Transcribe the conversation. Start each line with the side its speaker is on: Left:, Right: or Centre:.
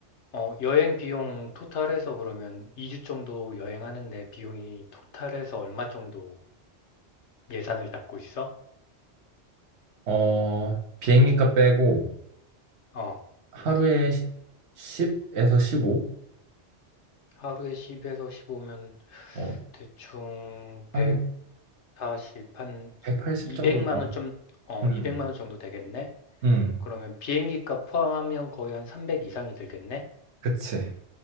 Left: 어, 여행 비용 토탈해서 그러면 2주 정도 여행하는데 비용이 토탈해서 얼마 정도 예산을 잡고 있어?
Right: 어, 비행기값 빼고
Left: 어,
Right: 하루에 10에서 15?
Left: 하루에 10에서 15면
Right: 어,
Left: 대충 140,
Right: 한
Left: 한
Right: 180
Left: 200만
Right: 정도 나오.
Left: 원 좀, 어,
Right: 음,
Left: 200만 원 정도 되겠네?
Right: 음,
Left: 그러면 비행기 값 포함하면 거의 한 300 이상이 들겠네?
Right: 그치.